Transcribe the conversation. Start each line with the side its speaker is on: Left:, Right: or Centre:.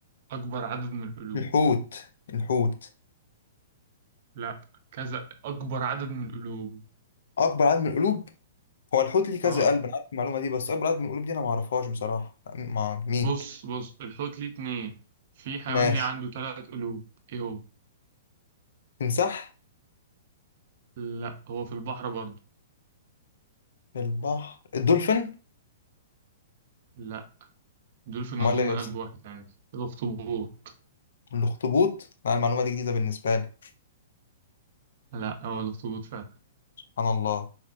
Right: أكبر عدد من القلوب
Left: الحوت الحوت
Right: لا كذا أكبر عدد من القلوب
Left: اكبر عدد من القلوب هو الحوت ليه كذا
Right: اه
Left: قلب انا عارف المعلومه دي بس اكبر عدد من القلوب دي انا ما اعرفهاش بصراحه مع مين
Right: بص بص الحوت ليه اتنين في حيوان
Left: مم. ماشي
Right: ليه عنده تلات قلوب ايه هو؟
Left: تمساح
Right: لا هو في البحر برضه
Left: البحر الدولفين
Right: لا دول في
Left: امال
Right: أظن
Left: ايه يا اسطى
Right: قلب واحد عادي الأخطبوط
Left: الاخطبوط لا المعلومه دي جديده بالنسبه لي
Right: لا هو الأخطبوط فعلا
Left: سبحان الله